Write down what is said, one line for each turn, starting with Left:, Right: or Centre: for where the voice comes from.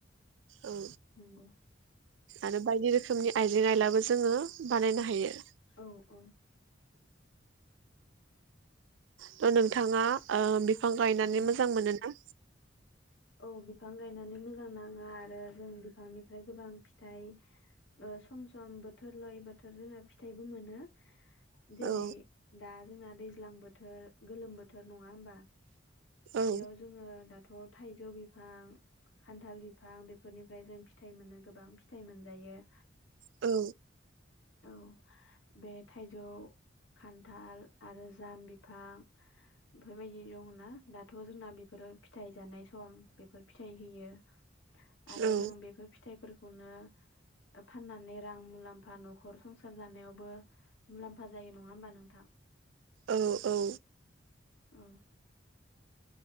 Right: औ
Left: नंगौ
Right: आरो बायदि रोखोमनि आइजें आइलाबो जोङो बानायनो हायो।
Left: औ औ
Right: थ' नोंथाङा ओ बेफ बिफां गायनानै
Left: औ
Right: मोजां मोनोना?
Left: औ बिफां गायनानै मोजां नाङो आरो जों बिफांनिफ्राय गोबां फिथाइ ओ सम सम बोथोर लायै बोथोर जों फिथाइबो मोनो। जेरै
Right: औ
Left: दा जोंना दैज्लां बोथोर गोलोम बोथोर नङा होमबा?
Right: औ
Left: बेयाव जोङो दाथ' थ' थाइजौ बिफां खान्थाल बिफां बेफोरनिफ्राय जों फिथाइ मोननो गोबां फिथाइ मोनजायो।
Right: औ।
Left: औ बे थाइजौ खान्थाल आरो जाम बिफां बेफोरबायदि दं। ना दाथ' जोंना बेफोरो फिथाइ जानाय सम बेफोर फिथाइ होयो। आरो
Right: औ
Left: जों बेफोर फिथाइफोरख खौनो फाननानै रां मुलाम्फा न'खर संसार जानायावबो मुलाम्फा जायो नङा होमबा नोंथां?
Right: औ औ।
Left: अ।